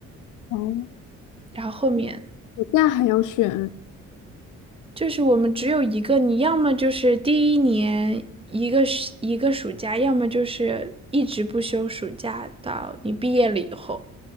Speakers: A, on the left; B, on the right.
A: 哦。
B: 然后后面
A: 那还要选，
B: 就是我们只有一个，你要么就是第一年一个一个暑假，要么就是一直不休暑假到你毕业了以后，